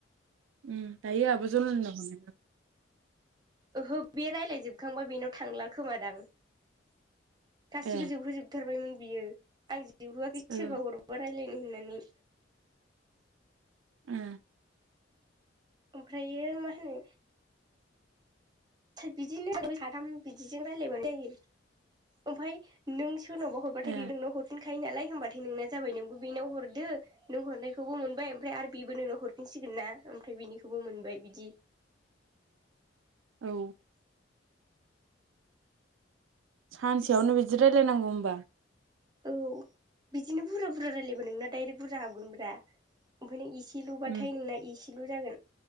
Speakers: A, on the right; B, on the right.
A: उम दायो आब जनालिनाव हरगोन आं।
B: ओहो बे रायलायजोबखांबा बेनाव थांला खोमादां। गासिबो
A: ए
B: जोबहोजोबथारबायमोन बियो आं जोबहोआखैसै
A: ओ
B: सोरबा हरबा <unintelligible> लायगोन होननानै
A: उम
B: ओमफ्रायो मा होनो बिदिनो आ साथाम बिदिजों रायलायबानो जायो ओमफाय नों सो सोरनावबा हरबाथाय
A: ए
B: बिबो नोंनाव हरफिन खायो नालाय होमबाथाय नोंना जाबाय नोंबो बेनाव हरदो नों हरनायखौबो मोनबाय ओमफ्राय आरो बेबो नोंनाव हरफिनसिग गोनना ओमफ्राय बिनिखौबो मोनबाय बिदि।
A: औ। सानसेयावनो बिदि रायजलायनांगौ होमबा।
B: औ बिदिनो बुरजा बुरजा रायलायबा नोंना डायरेक्ट बुरजा हाबगोन ब्रा ओमफायनो एसे एसेल'बाथाय
A: उम
B: नोंना एसेलु जागोन